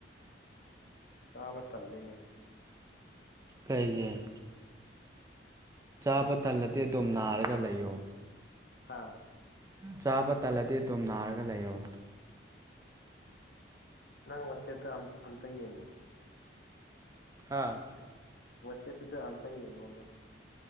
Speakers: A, on the left; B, on the right.
A: ꯆꯥꯕ ꯇꯜꯂꯤꯅꯦ
B: ꯀꯩꯒꯤꯦ ꯆꯥꯕ ꯇꯜꯂꯗꯤ ꯑꯗꯨꯝ ꯅꯥꯔꯒ ꯂꯩꯌꯣ
A: ꯍꯥꯥ
B: ꯆꯥꯕ ꯇꯜꯂꯗꯤ ꯑꯗꯨꯝ ꯅꯥꯔꯒ ꯂꯩꯌꯣ
A: ꯅꯪ ꯋꯥꯆꯦꯞꯇ ꯑꯝꯇ ꯌꯦꯡꯉꯅꯦ
B: ꯍꯥꯥ
A: ꯋꯥꯆꯦꯞꯇꯨꯗ ꯑꯝꯇ ꯌꯦꯡꯉꯣꯕ